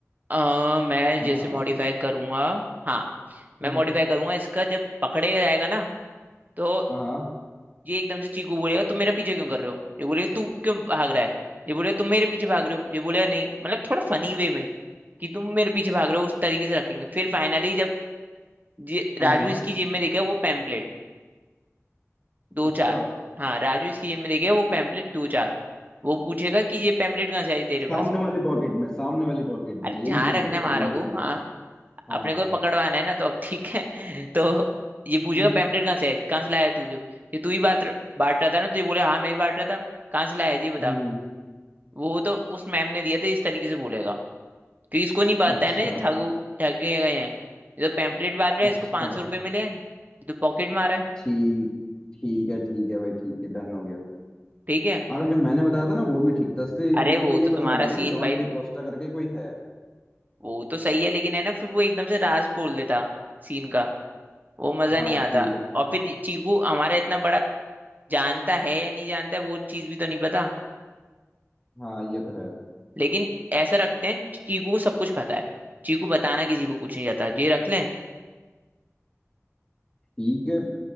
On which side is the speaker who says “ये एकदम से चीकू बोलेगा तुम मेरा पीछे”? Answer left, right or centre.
Right